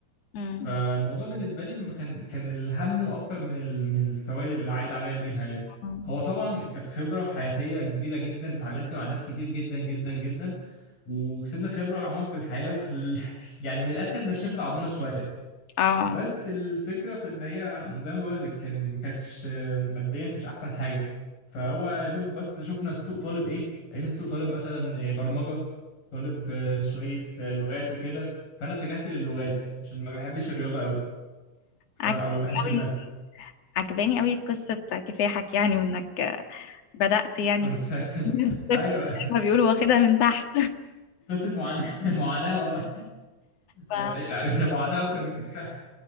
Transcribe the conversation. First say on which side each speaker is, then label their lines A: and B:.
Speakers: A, on the left; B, on the left.
A: م.
B: فالموضوع بالنسبة لي ما كان كان الهم أكتر من ال- من الفوائد اللي عايد عليا بيها يعني
A: مم.
B: هو طبعا كانت خبرة حياتية كبيرة جدا اتعاملت مع ناس كتير جدا جدا جدا وكسبنا خبرة عموما في الحياة وخل... <laughs> يعني من الآخر نشفت عضمنا شوية
A: اه
B: بس الفكرة في إن هي زي ما بقول لك يعني ما كانتش ماديا ما كانتش أحسن حاجة فهو يا دوب بس شفنا السوق طالب إيه لقيت السوق طالب مثلا برمجة طالب شوية لغات وكده فأنا اتجهت للغات عشان ما بحبش الرياضة أوي ف...
A: عجباني
B: او اللي ما بيحبش
A: قوي
B: الماث
A: عجباني قوي قصة كفاحك يعني وانك بدأت يعني
B: متشكر
A: <laughs> من
B: <laughs>
A: الصفر
B: ايوه
A: زي ما بيقولوا واخدها من تحت
B: قصه معاناه <laughs> معاناه والله
A: ف...
B: هي هي معاناه اكتر من كفايه